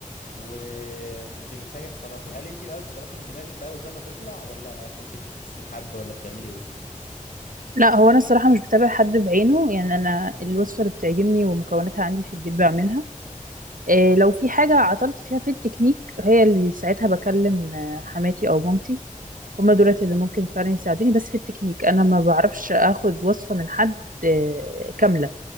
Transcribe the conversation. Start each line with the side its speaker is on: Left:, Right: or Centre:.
Left: وتبقي محتاجة تتصرفي هل انت بقى بتتصرفي من دماغك بقى وزي ما تطلع ولا كنت بتسلب حد ولا بتعملي ايه
Right: لا هو انا الصراحه مش بتابع حد بعينه يعني انا الوصفه اللي بتعجبني ومكوناتها عندي في البيت بعملها إيه لو في حاجه عطلت فيها في التكنيك هي اللي ساعتها بكلم آه، حماتي او مامتي هما دولت اللي ممكن فعلا يساعدوني بس في التكنيك انا ما بعرفش اخد وصفه من حد آه، كامله